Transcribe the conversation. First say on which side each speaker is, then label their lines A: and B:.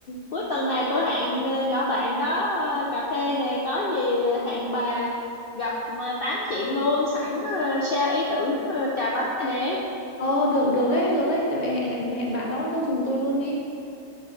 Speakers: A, on the left; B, on the left.
A: cuối tuần này tôi hẹn ờ, nhỏ bạn đó ờ, cà phê nè có gì hẹn bà gặp ờ, tám chuyện luôn sẵn ờ, share ý tưởng ờ, trà bánh này nè
B: ờ được được đấy được đấy vậy hẹn hẹn hẹn bạn đó tôi dùng tôi luôn đi